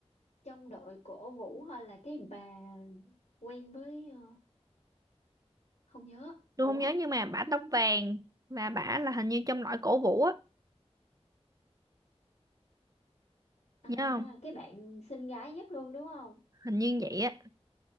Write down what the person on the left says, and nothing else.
trong đội của Vũ hay là cái bà quen với ờ, không nhớ.
Ủa,
không
nhớ.
À,
cái bạn xinh gái nhất luôn đúng không?